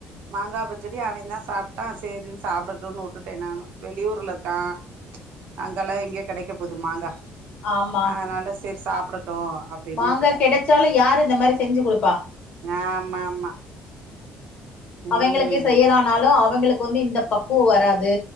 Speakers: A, on the right; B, on the left.
A: மாங்காய் பச்சடி அவெந் தா சாப்ட்டான் சேரி சாப்டட்டுன்னு வுட்டுட்டே நானு வெளியூர்ல இருக்கா அங்கலா எங்கெ கெடைக்க போது மாங்கா
B: ஆமா
A: அத்னால செரி சாப்டட்டு அப்டின்னு
B: மாங்கா
A: வுட்டுட்டே
B: கெடச்சாலு யாரு இந்த மாரி செஞ்சி குடுப்பா
A: ஆமா ஆமா ம்
B: அவெங்களுக்கே செய்யலான்னாலு அவங்களுக்கு வந்து இந்த பக்குவ வராது